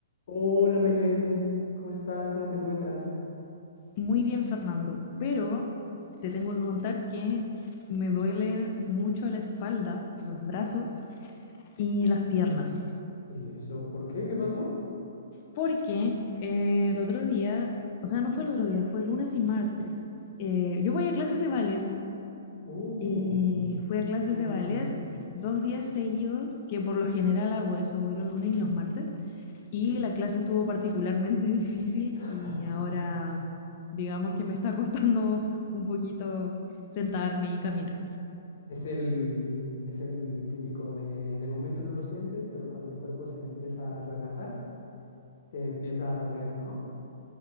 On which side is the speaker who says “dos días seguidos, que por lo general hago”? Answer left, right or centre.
Left